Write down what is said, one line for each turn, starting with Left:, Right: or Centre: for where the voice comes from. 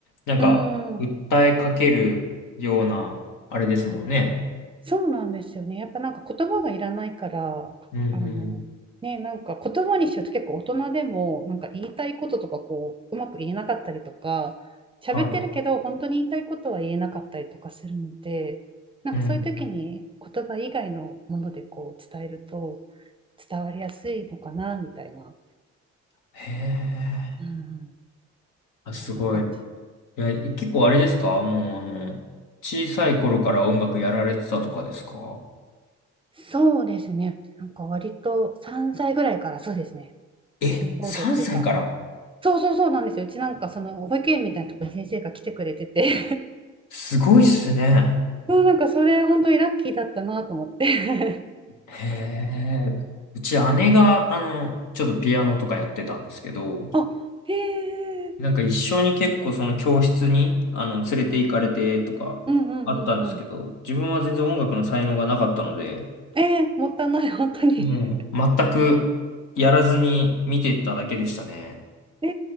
Left: なんか、
Right: うん。
Left: 訴えかけるような、あれですもんね。
Right: そうなんですよね。やっぱなんか言葉がいらないから、
Left: うんうん。
Right: あの、ね、なんか言葉にしちゃうと結構大人でも、なんか言いたいこととかこう、うまく言えなかったりとか、喋ってるけど、
Left: はい。
Right: 本当に言いたいことは言えなかったりとかするので、なんかそういう時に言葉以外のものでこう伝えると
Left: うん。
Right: 伝わりやすいのかな、みたいな。
Left: へえ。
Right: うん、
Left: あ、すごい。
Right: そんな感じ。
Left: いや結構あれですかもう、あの、小さい頃から音楽やられてたとかですか
Right: そうですね。なんか割と3歳ぐらいからそうですね。
Left: え、
Right: キーボードっていうか、
Left: 3歳から
Right: そうそうそうなんですよ。うちなんかその保育園みたいなところに先生が来てくれてて、
Left: すごいっすね。
Right: <laughs> もうなんかそれ本当にラッキーだったなと思って。
Left: へえ。うち姉が、あの、ちょっとピアノとかやってたんですけど、
Right: <laughs> あ、へえ、
Left: なんか一緒に結構その教室に、あの、連れて行かれてとかあったんですけど、
Right: うんうんうんうん。
Left: 自分は全然音楽の才能がなかったので、
Right: えー、もったいない、本当に。
Left: うん、全くやらずに見てただけでしたね。
Right: <laughs> え